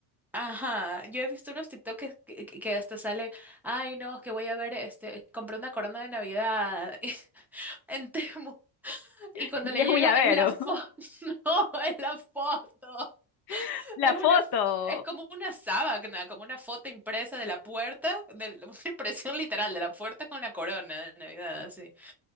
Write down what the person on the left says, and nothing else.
<laughs>
Y
es
un llavero.
<laughs> La
foto.